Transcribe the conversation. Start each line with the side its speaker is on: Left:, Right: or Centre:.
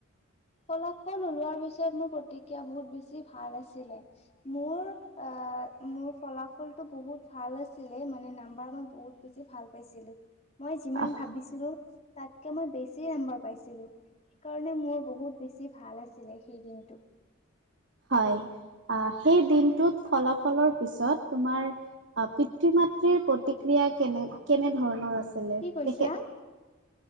Left: ফলাফল ওলোৱাৰ পিছত মোৰ প্ৰতিক্ৰিয়া বহুত বেছি ভাল আছিলে। মোৰ মোৰ ফলাফুলটো বহুত ভাল আছিলে মানে নাম্বাৰ মই বহুত বেছি ভাল পাইছিলো। মই যিমান
Right: আহ
Left: ভাবিছিলো তাতকে মই বেছি নম্বাৰ পাইছিলো। সেইকাৰণে মোৰ বহুত বেছি ভাল আছিলে সেই দিনটো।
Right: হয়। আহ সেই দিনটোত ফলাফলৰ পিছত তোমাৰ পিতৃ মৃৰ প্ৰতিক্ৰিয়- য়া কেনে কেনে ধৰণৰ আছিলে
Left: কি কৈছা?
Right: তেখেত।